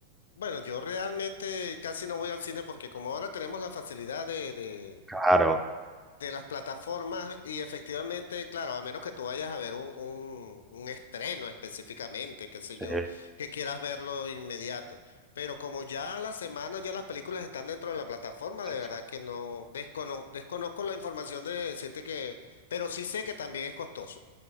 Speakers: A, on the left; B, in the centre.
A: Bueno, yo realmente casi no voy al cine porque como ahora tenemos la facilidad de, de,
B: Claro,
A: de las plataformas y efectivamente, claro, a menos que tú vayas a ver un, un, un estreno específicamente, qué sé
B: sí,
A: yo, que quieras verlo inmediato. Pero como ya a la semana ya las películas están dentro de la plataforma,
B: sí,
A: de
B: sí.
A: verdad que no descono- desconozco la información de decirte que, pero sí sé que también es costoso.